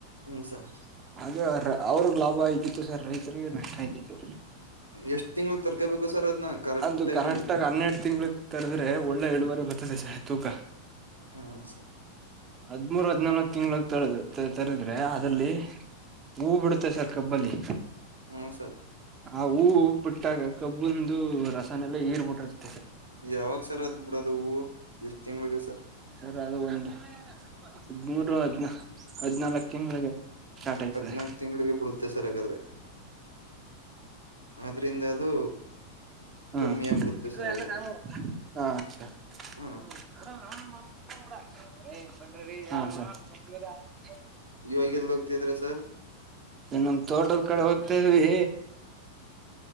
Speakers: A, on the right (about 85°); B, on the right (about 25°).
A: ಹ್ಮ್ ಸರ್
B: ಅದೂ ಅವ್ರ ಅವ್ರ್ಗ್ ಲಾಭ ಆಯ್ದಿತ್ತು ಸರ್ ರೈತರಿಗೆ ನಷ್ಟ ಆಯ್ತಿತ್ತು.
A: ಎಷ್ಟ್ ತಿಂಗಳ ತರ್ಕೋಬೇಕು ಸರ್ ಅದನ್ನ ಕರೆಕ್ಟಾಗಿ.
B: ಅದು ಕರೆಕ್ಟ್ ಆಗ ಹನ್ನೆರಡು ತಿಂಗಳ ತರದ್ರೆ ಒಳ್ಳೆ ಇಡುವರಿ ಬರ್ತದೆ ಸಹ ತೂಕ.
A: ಹ್ಮ ಸ
B: ಹದ್ಮೂರ್ ಹದ್ನಾಲ್ಕು ತಿಂಗಳಂಗೆ ತರ ತರದ್ರೆ ಅದಲ್ಲಿ. ಹೂ ಬಿಡುತ್ತೆ ಸಕರ. ಕಬ್ಬಲ್ಲಿ.
A: ಹ್ಮ ಸರ್.
B: ಆ ಹೂವು ಬಿಟ್ಟಾಗ ಕಬ್ಬುಂದು ರಸಾನ್ನೆಲ್ಲ ಇರ್ಬಿಟಿರುತ್ತೆ.
A: ಯಾವಾಗ ಸರ್ ಅದ್ ಬಿಡೋದು ಹೂವು ಎಷ್ಟ್ ತಿಂಗಳಿಗೆ ಸರ್.
B: ಸರ್ ಅದು ಒಂದು ಹದ್ಮೂರು ಹದ್ನಾಲ್ಕು ತಿಂಗಳಿಗೆ. ಸ್ಟಾರ್ಟ್ ಆಯ್ತದೆ
A: ಹದ್ನಾಕ್ ತಿಂಗಳಿಗೆ ಬಿಡುತ್ತೆ ಸರ್ ಹಾಗಾದ್ರೆ ಆದ್ರಿಂದ ಅದು ಕಮ್ಮಿ
B: <unintelligible>
A: ಆಗ್ಬಿಡುತ್ತೆ ಸರ್ ಹಾಗಾದ್ರೆ ಹ
B: ಹ ರಿ ಬನ್ರಿ ರಿ <unintelligible>
A: ಇವಾಗ ಎಲ್ಲಿ ಹೋಗ್ತಿದ್ರ ಸರ್.
B: ನಮ್ಮ ತೋಟದ ಕಡೆ ಹೋಗ್ತಾದ್ವಿ.